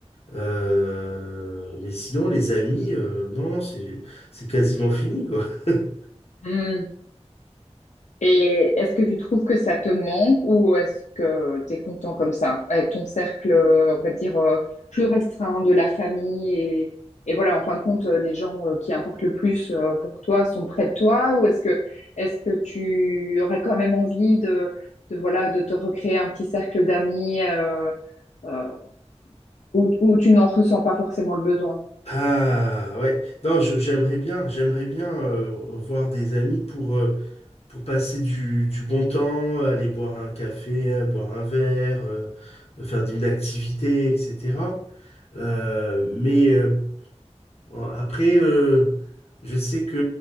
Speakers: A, on the left (about 60°); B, on the left (about 85°).
A: euh, mais sinon, les amis, euh, non, non, c'est, c'est quasiment fini, quoi. <laughs>
B: mhm. Et est-ce que tu trouves que ça te manque ou est-ce que tu es content comme ça, avec ton cercle, euh, on va dire, euh, plus restreint de la famille et, et voilà, en fin de compte, euh, les gens euh, qui importent le plus euh, pour toi sont près de toi ou est-ce que est-ce que tu aurais quand même envie de, de voilà de te recréer un petit cercle d'amis euh, euh, où, où tu n'en ressens pas forcément le besoin?
A: Ah ouais, non, je- j'aimerais bien, j'aimerais bien euh, voir des amis pour, euh, pour passer du, du bon temps, aller boire un café, euh, boire un verre, euh, euh, faire une activité, etc. Euh, mais euh, en- après, euh, je sais que